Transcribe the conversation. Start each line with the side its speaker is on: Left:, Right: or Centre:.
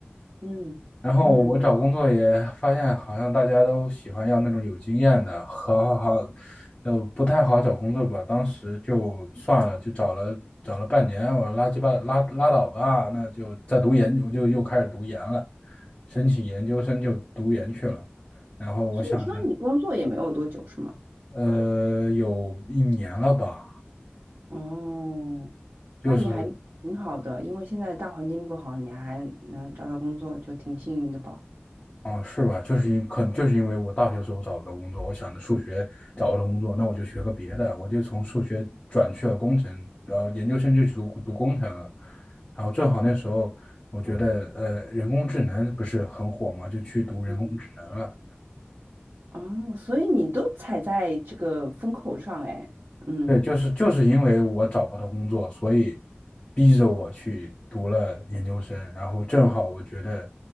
Right: 嗯嗯。
Left: 然后我找工作也发现，好像大家都喜欢要那种有经验的，好好好，就不太好找工作吧。当时就算了，就找了找了半年，我说拉鸡巴拉拉倒吧，那就再读研，我就又开始读研了，申请研究生就读研去了。然后我想着，
Right: 所以说你工作也没有多久是吗？
Left: 呃，有一年了吧，
Right: 哦，
Left: 就是
Right: 那你还挺好的，因为现在大环境不好，你还能找到工作，就挺幸运的吧？
Left: 哦，是吧？就是因可能就是因为我大学时候找不到工作，我想着数学找不到工作，那我就学个别的，我就从数学转去了工程，然后研究生就去读读工程了。然后正好那时候我觉得呃人工智能不是很火嘛，就去读人工智能了。
Right: 嗯，哦，所以你都踩在这个风口上，哎，嗯
Left: 对，就是就是因为我找不到工作，所以逼着我去读了研究生。然后正好我觉得，